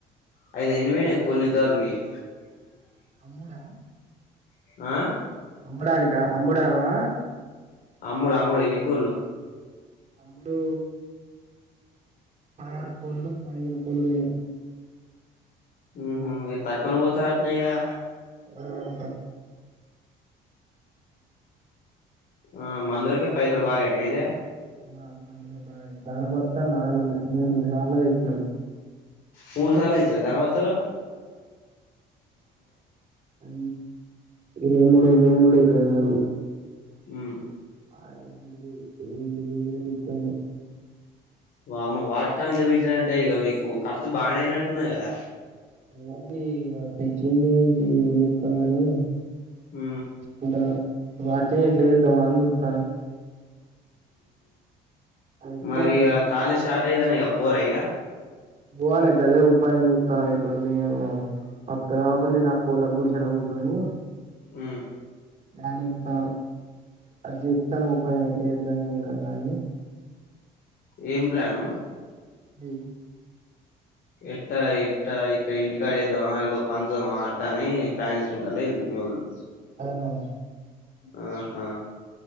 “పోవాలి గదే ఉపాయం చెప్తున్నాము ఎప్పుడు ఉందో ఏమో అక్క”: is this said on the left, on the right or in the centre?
Right